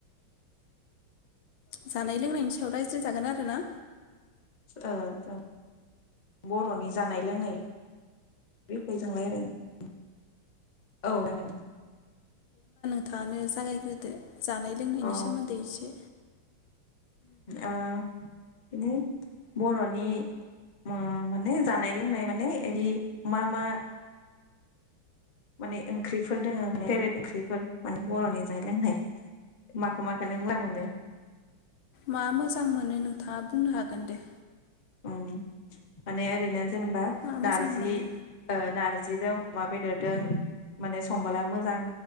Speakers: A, on the left; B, on the left.
A: जानाय लोंनायनि सा याव रायज्लाय जागोन आरो ना।
B: ओ जों बर'नि जानाय लोंनाय बिखय जों रायलायनि औ जागोन।
A: थाङानो जागायग्रोदो जानाय लोंनायनि
B: औ
A: सोमोन्दै इसे
B: ओ बिनो बर'नि ओ माने जानाय लोंनाय माने बिदि मा मा माने ओंख्रिफोर दोङो माने फेभरेट ओंख्रिफोर माने बर'नि जानाय लोंनाय माखो माखो नों मोजां मोनो
A: मा मोजां मोनो नोंथाङा बुंनो हागोन दे।
B: उम माने ओरैनो जेनेबा
A: मा मोजां
B: नारजि
A: मोनो
B: ओ नारजि दं अमा बेदरदों माने संबोला मोजां